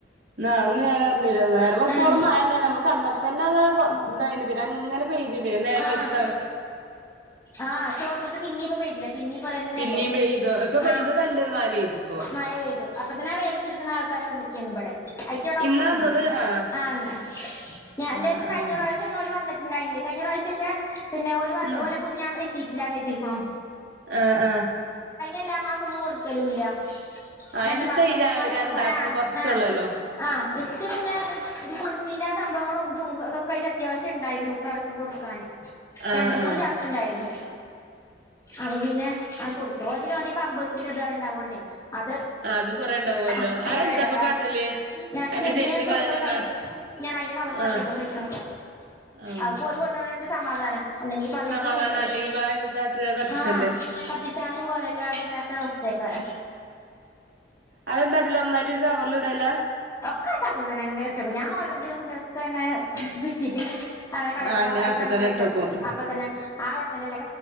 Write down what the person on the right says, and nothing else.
ന്ന അഹൊന്നും ഞാനറ്ഞ്ഞില്ല നേരെ വെളുക്കോളാം
മയണ്ടായിരുന്നു നമ്മള് കടന്നപ്പോ തന്നെ അങ്ങെനെ തായിരുന്നു ഇതായിന് പിന്നെ പെയ്ത് അങ്ങനെ പിന്നെ നേരം
ബെൾത്തട
പിന്നീം പെയ്തു ഇപ്പൊ പെയ്തു
നല്ലൊരു മഴ പെയ്തുപ്പോ
ഇന്നാ
വന്നത് ആഹ്
ആഹ്
ആഹ്
ആഹ്
ആഹ് ആഹ്
ആ
എന്തത്താ
ഈ ര
രണ്ടാക്ക്
കൊറച്ചൊള്ളല്ലോ
ആഹ്
ആഹ്
ആ അത് കൊറേ ഉണ്ടാവുല്ലോ
അത്
എന്താപ്പ കാട്ടല്
അയിന്റെ
ജെല്ല്
കളഞ്ഞങ്ങ
ആഹ്
ആഹ്
സമാധാനം
അല്ലെങ്കി ഇപ്പ എന്തത്താ കാട്ടല് അത് കത്തിച്ചണ്ടേ
അതെന്താരില്ല ഒന്നായിട്ട് ഒരു കവറിൽ ഇടല
ആ ഇങ്ങനെ
അപ്പ തന്നെ ഇട്ടോക്കും